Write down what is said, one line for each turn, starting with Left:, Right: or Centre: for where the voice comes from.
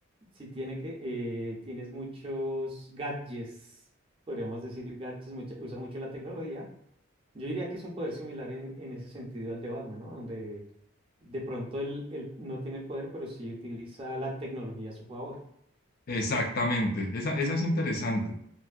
Right: sí tiene que, eh, tienes muchos gadgets, podríamos decir gadgets, mucha- usa mucho la tecnología. Yo diría que es un poder similar en, en ese sentido al de Batman, ¿no? Donde de pronto él, él no tiene el poder, pero sí utiliza la tecnología a su favor.
Left: exactamente. Esa, esa es interesante.